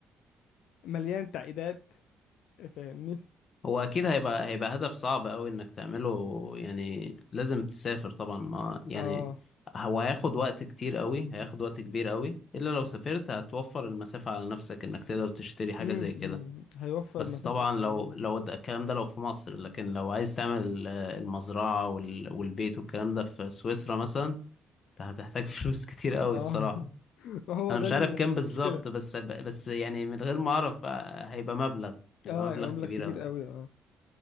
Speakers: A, on the left; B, on the left.
A: مليان تعقيدات فاهمني
B: هو أكيد هيبقى هيبقى هدف صعب أوي إنك تعمله يعني لازم تسافر طبعا ما يعني
A: اه
B: هو هياخد وقت كتير أوي هياخد وقت كبير أوي إلا لو سافرت هتوفر المسافة على نفسك إنك تقدر تشتري حاجة
A: امم
B: زي كده
A: هيوفر
B: بس
A: المسافة
B: طبعا
A: هيخليني
B: لو لو ده- الكلام ده لو في مصر لكن لو عايز تعمل آه، المزرعة وال- والبيت والكلام ده في سويسرا مثلا ده هتحتاج فلوس كتير قوي
A: اه
B: الصراحة
A: <laughs> ما هو
B: انا
A: ده
B: مش
A: المشكلة
B: عارف كام بالظبط بس بس يعني من غير ما اعرف آه، هيبقى مبلغ هيبقى
A: اه
B: مبلغ
A: يبقى
B: كبير
A: مبلغ كبير
B: قوي
A: قوي اه